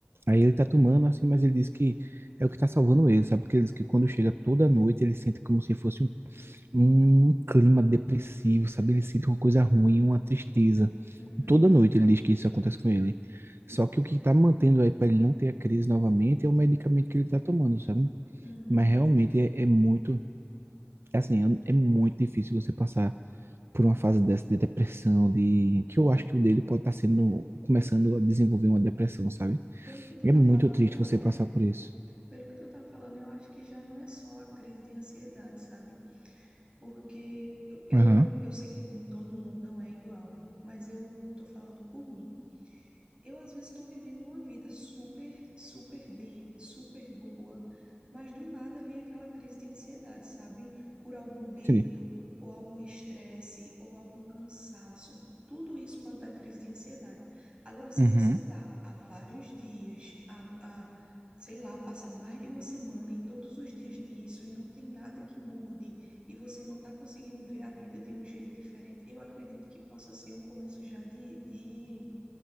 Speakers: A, on the right; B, on the right.
A: Aí ele tá tomando assim, mas ele diz que é o que tá salvando ele, sabe? Porque ele diz que quando chega toda noite ele sente como se fosse um, um clima depressivo, sabe? Ele sente uma coisa ruim, uma tristeza.
B: Uhum,
A: Toda noite ele diz que isso acontece com ele. Só que o que tá mantendo aí para ele não ter a crise novamente é o medicamento que ele tá tomando, sabe?
B: uhum.
A: Mas realmente é, é muito, é assim, é é muito difícil você passar por uma fase dessa de depressão, de que eu acho que o dele pode estar sendo começando a desenvolver uma depressão, sabe?
B: Pelo que tu
A: É
B: tá
A: muito
B: falando,
A: triste
B: eu,
A: você
B: é,
A: passar por isso.
B: Pelo que tu tá falando, eu acho que já não é só a crise de ansiedade, sabe? Porque eu, eu,
A: Aham.
B: eu sei que com todo mundo não é igual, mas eu tô falando por mim. Eu, às vezes, estou vivendo uma vida super, super bem, super boa, mas do nada vem aquela crise de ansiedade, sabe? Por algum medo,
A: Entendi.
B: ou algum estresse, ou algum cansaço. Tudo isso pode dar crise de ansiedade. Agora, se
A: Uhum.
B: você tá há vários dias, há, há, sei lá, passa mais de uma semana e todos os dias nisso, e não tem nada que mude, e você não tá conseguindo ver a vida de um jeito diferente, eu acredito que possa ser um começo já de de